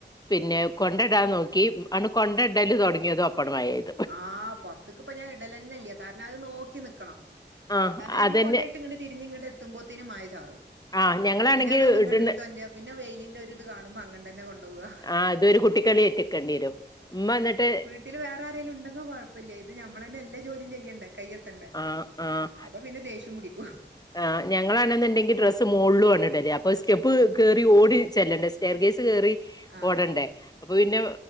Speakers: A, on the left (about 20°); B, on the right (about 85°).
A: പിന്നെ കൊണ്ടെടാൻ നോക്കി ആണ് കൊണ്ടെടല് താെടങ്ങിയതും അപ്പണ് മയപെയ്ത്
B: ആഹ് പൊർത്ത്ക്ക് ഇപ്പ ഞാൻ ഇടലെന്നെല്യ കാരണം അത് നോക്കി നിക്കണം
A: ആഹ്
B: കാരണം ഞമ്മള്
A: അതന്നെ
B: കൊണ്ടാേയി ട്ട്ഇങ്ങണ്ട് തിരിഞ്ഞ് ഇങ്ങണ്ട് എത്തുമ്പോത്തിന് മയ ചാറും
A: ആഹ് ഞങ്ങളാണെങ്കി
B: പിന്നെ അതാെന്ന് ഇങ്ങണ്ട്
A: ഇട്ണ
B: ഇട്ത്താെന്റാ പിന്നെ വെെലിന്റെ ഒര്ഇത് കാണുമ്പൊ അങ്ങണ്ടെന്നെ കൊണ്ടാേവാ
A: ആഹ് ഇതൊരു കുട്ടിക്കളി എത്തിക്കെണ്ടി വെരും ഇമ്മ ഇന്ന്ട്ട്
B: പിന്നെ വേറാരേലും ഇണ്ടങ്ക കൊഴപ്പല്യ ഇത് ഞമ്മളെന്നെ എല്ലാ ജോലം ചെയ്യണ്ടെ കയ്യെത്തെണ്ടെ
A: ആഹ് ആഹ്
B: അപ്പൊ പിന്നെ ദേഷ്യം പുടിക്കും
A: ആഹ് ഞങ്ങളാണ്ന്ന് ഇണ്ടെങ്കി ഡ്രസ് ഇത് മോൺള് കൊണ്ടാേയി ഇടല്ലേ അപ്പൊ സ്റ്റെപ്പ് ക് കേറി ഓടി ചെല്ലണ്ടേ സ്റ്റയർ കേസ് കേറി
B: ആഹ്
A: ഓടണ്ടേ അപ്പൊ പിന്നെ